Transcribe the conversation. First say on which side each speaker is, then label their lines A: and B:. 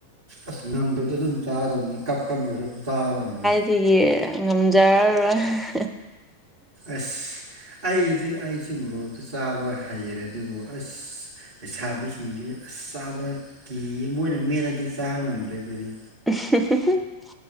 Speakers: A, on the right (about 55°); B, in the centre.
A: ꯑꯁ ꯉꯝꯗꯕꯗꯣ ꯑꯗꯨꯝ ꯆꯥꯒꯗꯕꯅꯤ ꯀꯞ ꯀꯞꯅꯁꯨ ꯑꯗꯨꯝ ꯆꯥꯒꯗꯕꯅꯤ
B: ꯗꯤ ꯉꯝꯖꯔꯔꯣꯏ
A: ꯑꯁ ꯑꯩꯗꯤ ꯑꯩꯁꯨ ꯃꯣꯔꯣꯛꯁꯦ ꯆꯥꯕ ꯍꯩꯔꯦ ꯑꯗꯨꯕꯨ ꯑꯁ ꯂꯩꯁꯥꯕꯤꯁꯤꯡꯗꯤ ꯑꯁ ꯆꯥꯕ ꯀꯤ ꯃꯣꯏꯅ ꯃꯦꯠꯂꯗꯤ ꯆꯥ ꯉꯝꯗ꯭ꯔꯦ ꯈꯣꯏꯗꯤ
B: ꯎ